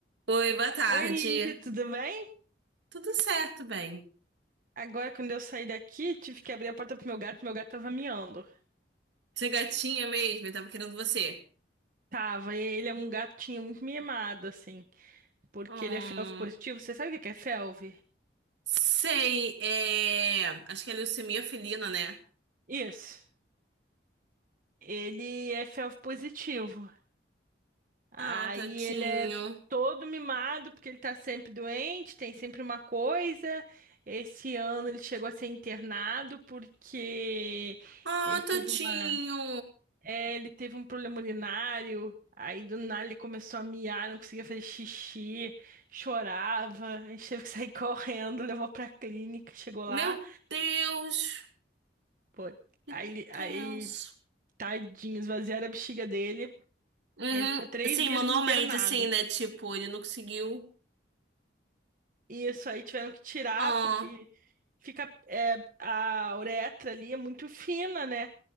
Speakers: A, on the right; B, on the right.
A: Oi, boa tarde.
B: Oi, tudo bem?
A: Tudo certo, bem?
B: Agora, quando eu saí daqui, tive que abrir a porta pro meu gato, meu gato tava miando.
A: Você é gatinha mesmo? Eu tava querendo você.
B: Tava, e ele é um gatinho muito mimado, assim, porque
A: Hum,
B: ele é felv positivo. Você sabe o que que é felv?
A: sei, é... Acho que é leucemia felina, né?
B: Isso. Ele é felv positivo. Aí
A: Ah, tadinho.
B: ele é todo mimado, porque ele tá sempre doente, tem sempre uma coisa. Esse ano ele chegou a ser internado porque
A: Ah,
B: ele teve
A: tadinho.
B: uma É, ele teve um problema urinário, aí do nada ele começou a miar, não conseguia fazer xixi, chorava, a gente teve que sair <laughs> correndo, levou pra clínica, chegou lá,
A: Meu Deus,
B: pô,
A: que
B: aí, ele- aí
A: tenso.
B: tadinho, esvaziaram a bexiga dele,
A: Uhum.
B: ele ficou três
A: Sim,
B: dias
A: manualmente,
B: internado.
A: assim, né? Tipo, ele não conseguiu.
B: isso aí tiveram que tirar,
A: Ah,
B: porque fica, é, a uretra ali é muito fina, né?